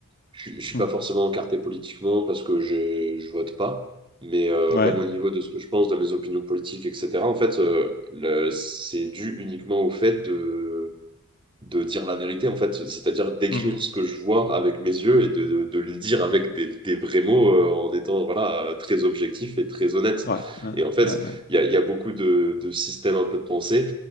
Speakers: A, on the right; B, on the left.
A: Je ne suis
B: Hmm.
A: pas forcément encarté politiquement parce que j'ai- je vote pas, mais euh,
B: Ouais.
A: même au niveau de ce que je pense, de mes opinions politiques, etc., en fait, euh, le- c'est dû uniquement au fait de de dire la vérité, en fait, c'est-à-dire d'écrire
B: Mhm.
A: ce que je vois avec mes yeux et de, de- de le dire avec des, des vrais mots euh, en étant voilà, euh, très objectif et très honnête.
B: Ouais. Ouais.
A: Et en fait,
B: Ouais, ouais.
A: il y a, il y a beaucoup de, de systèmes un peu de pensée